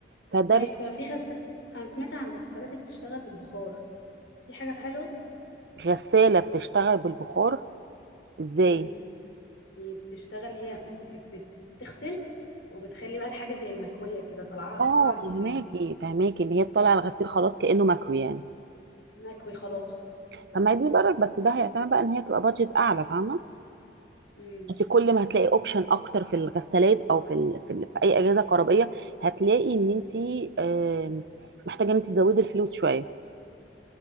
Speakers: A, on the right; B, on the left.
A: فده
B: طيب
A: بي-
B: في غسالات انا سمعت عن غسالات بتشتغل بالبخار دي حاجه حلوه
A: غساله بتشتغل بالبخار ازاي
B: مم. يعني بتشتغل هي بت- بتغسل وبتخلي بقى الحاجه زي المكويه كده طالعه
A: اه
B: طالعه مكويه
A: فهماكي فهماكي ان هي تطلع الغسيل خلاص كانه مكوي يعني
B: مكوي خلاص
A: طب ما هي دي برك بس ده هيعتمد بقى ان هي تبقى بادجت اعلى فاهمه
B: مم.
A: انت كل ما هتلاقي اوبشن اكتر في الغسالات او في ال... في, ال... في اي اجهزه كهربائيه هتلاقي ان انت آم، محتاجه ان انت تزودي الفلوس شويه